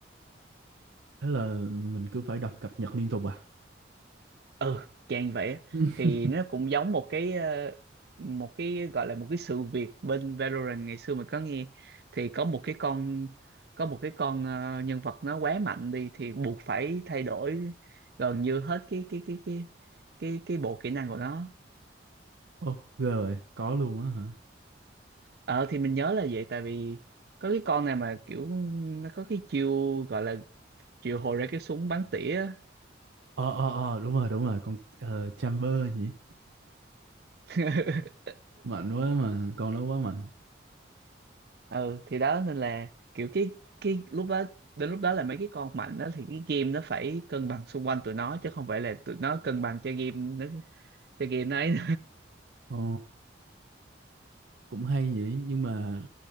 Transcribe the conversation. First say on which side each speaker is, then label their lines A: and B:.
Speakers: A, on the right (about 80°); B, on the right (about 55°).
A: Thế là mình cứ phải đọc cập nhật liên tục à?
B: ừ dạng vậy á.
A: <laughs>
B: thì nó cũng giống một cái ờ, một cái gọi là một cái sự việc bên Valorant ngày xưa mình có nghe thì có một cái con có một cái con ờ, nhân vật nó quá mạnh đi thì buộc phải thay đổi gần như hết cái cái cái cái cái cái bộ kỹ năng của nó
A: Ồ, ghê rồi, có luôn á hả?
B: ờ thì mình nhớ là vậy tại vì có cái con này mà kiểu nó có cái chiêu gọi là chiêu hồi ra cái súng bắn tỉa á.
A: Ờ, ờ, ờ, đúng rồi, đúng rồi, con ờ, Chamber nhỉ?
B: <laughs>
A: Mạnh quá mà, con nó quá mạnh.
B: ừ thì đó nên là kiểu cái cái lúc đó đến lúc đó là mấy cái con mạnh đó thì cái game nó phải cân bằng xung quanh tụi nó chứ không phải là tụi nó cân bằng cho game nó cho game nó ấy
A: Ồ, cũng hay nhỉ, nhưng mà